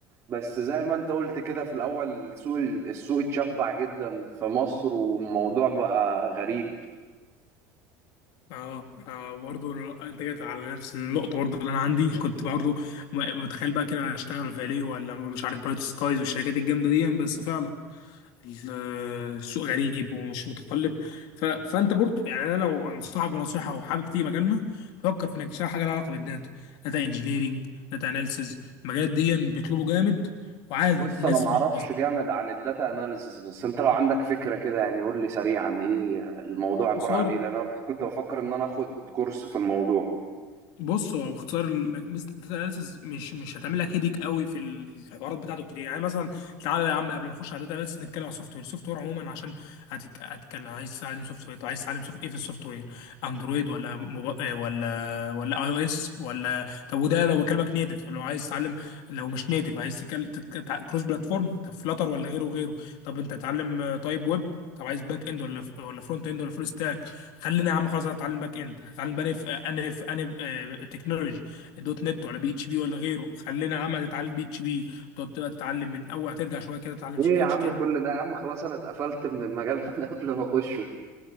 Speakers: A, on the right (about 35°); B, on the left (about 65°).
A: بس زي ما انت قلت كده في الاول السوق السوق اتشبع جدا في مصر والموضوع بقى غريب
B: اه انا برضه انت جيت على نفس النقطه برضه اللي انا عندي كنت برضه م- متخيل بقى كده انا هشتغل فاليو ولا مش عارف برايت سكايز والشركات الجامده دي بس فعلا ال- السوق غريب ومش متقلب ف... فانت برضه يعني انا لو انصحك بنصيحه وحابب تيجي مجالنا فكر في انك تشتغل حاجه لها علاقه بالداتا داتا انجينيرنج داتا اناليسز المجالات دي بيطلبوا جامد وعادي
A: بص
B: الناس
A: انا ما اعرفش
B: مش
A: جامد عن الداتا اناليسز بس انت لو عندك فكره كده يعني قول لي سريعا ايه الموضوع عباره
B: بس
A: عن ايه لان انا <laughs> كنت بفكر ان انا اخد كورس في الموضوع
B: بص هو باختصار الم- مثل الداتا اناليسز مش مش هتعمل لك هيديك قوي في الحوارات بتاعته كتير يعني مثلا تعالى يا عم قبل ما نخش على الداتا اناليسز نتكلم على السوفت وير السوفت وير عموما عشان هتك... هتكلم عايز تتعلم سوفت وير طب عايز تتعلم سوفت... ايه في السوفت وير اندرويد ولا موب... آه، ولا ولا اي او اس ولا طب وده لو بكلمك نيتف طب لو عايز تتعلم لو مش نيتف عايز تتكلم تتك... كروس بلاتفورم طب فلاتر ولا غيره وغيره طب انت تتعلم آه، طيب ويب طب عايز باك اند ولا ولا فرونت اند ولا فول ستاك خلينا يا عم خلاص انا اتعلم باك اند هتعلم بقى في انا في انا آه، تكنولوجي دوت نت ولا بي اتش بي ولا غيره خلينا يا عم هتتعلم بي اتش بي تقعد بقى تتعلم من اول هترجع شويه كده تتعلم
A: ايه يا
B: اتش
A: عم
B: تي ام
A: كل ده يا عم خلاص انا اتقفلت من المجال من <laughs> قبل ما اخشه